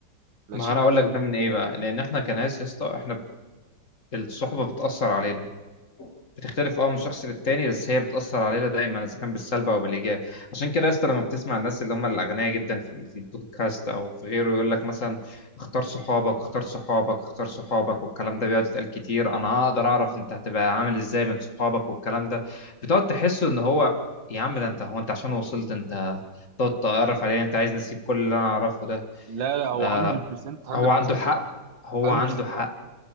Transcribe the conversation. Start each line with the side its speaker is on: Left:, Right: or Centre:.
Right: ماشي
Left: ما انا اقول لك ده من ايه بقى لان احنا كناس يا اسطى احنا الصحبه بتاثر علينا بتختلف اه من شخص للتاني بس هي بتأثر علينا دايما اذا كان بالسلب او بالايجاب عشان كده يا اسطى لما بتسمع الناس اللي هم الاغنياء جدا في في البودكاست او في غيره يقول لك مثلا اختار صحابك اختار صحابك اختار صحابك والكلام ده بيقعد يتقال كتير انا هقدر اعرف انت هتبقى عامل ازاي من صحابك والكلام ده بتقعد تحس ان هو يا عم ده انت هو انت عشان وصلت انت تقعد تعرف عليه انت عايز نسيب كل اللي انا اعرفه ده
Right: لا لا هو
Left: آه
Right: 100% 100%
Left: هو عنده حق
Right: اه
Left: هو
Right: 100%
Left: عنده حق
Right: اه